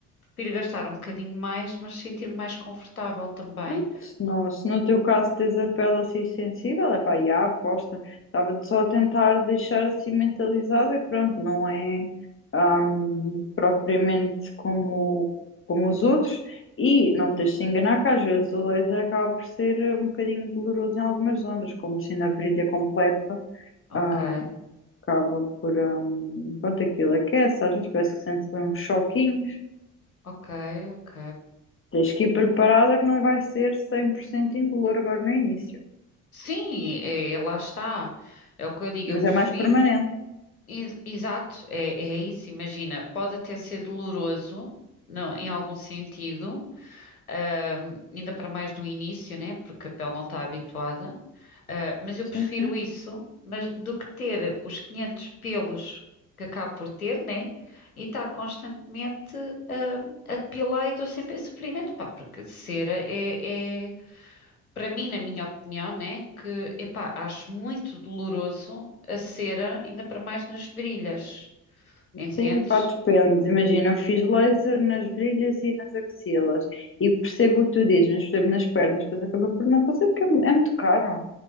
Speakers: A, on the left (about 90°); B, on the left (about 30°).
A: Prefiro gastar um bocadinho mais, mas sentir-me mais confortável também.
B: Pronto, se não, se no teu caso tens a pele assim sensível, é pá, já, aposta. Estava-te só a tentar deixar assim mentalizada, que pronto, não é ahm, propriamente como, como os outros. E não te deixes de enganar que às vezes o laser acaba por ser um bocadinho doloroso em algumas zonas, como assim na virilha completa,
A: Ok,
B: ahm, acaba por, ahm, pronto, aquilo aquece, às vezes parece que sente uns choquinhos.
A: ok, ok.
B: Tens que ir preparada que não vai ser 100% indolor agora no início.
A: Sim, é, é, lá está. É o que eu digo,
B: Mas
A: eu prefiro.
B: é mais permanente.
A: Ex- Exato, é, é isso. Imagina, pode até ser doloroso, não, em algum sentido, ahm, ainda para mais no início, né? Porque a pele não está habituada. Ah, mas eu
B: Sim,
A: prefiro
B: sim.
A: isso, mas do que ter os 500 pelos que acabo por ter, né? E estar constantemente ah, a depilar e estou sempre em sofrimento, pá, porque cera é, é, para mim, na minha opinião, né? Que, epá, acho muito doloroso a cera, ainda para mais nas virilhas, entendes?
B: Sim, epá, depende. Imagina, eu fiz laser nas virilhas e nas axilas. E percebo o que tu dizes, mas percebo nas pernas. Depois acaba por não fazer porque é, é muito caro.